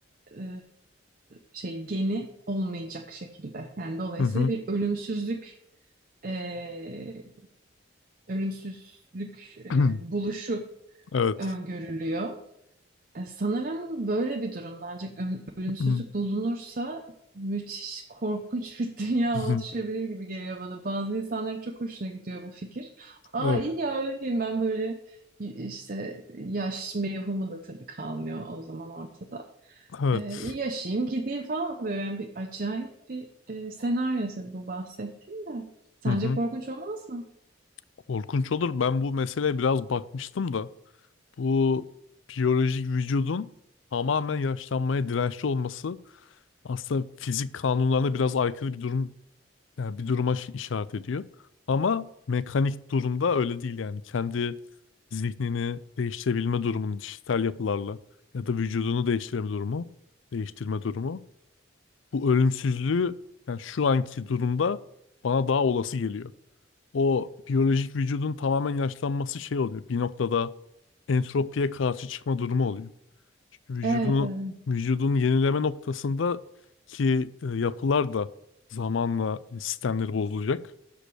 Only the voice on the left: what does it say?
hı hı.
<clears throat>
Evet.
Hı hı,
hı
hı.
Evet.
Evet.
Hı hı.
Korkunç olur. Ben bu meseleye biraz bakmıştım da bu biyolojik vücudun tamamen yaşlanmaya dirençli olması aslında fizik kanunlarına biraz aykırı bir durum yani bir duruma şi- işaret ediyor. Ama mekanik durumda öyle değil yani. Kendi zihnini değiştirebilme durumunu dijital yapılarla ya da vücudunu değiştirme durumu, değiştirme durumu Bu ölümsüzlüğü yani şu anki durumda bana daha olası geliyor. O biyolojik vücudun tamamen yaşlanması şey oluyor. Bir noktada entropiye karşı çıkma durumu oluyor. Çünkü vücudunu
vücudun yenileme noktasında ki e, yapılar da zamanla sistemleri bozulacak.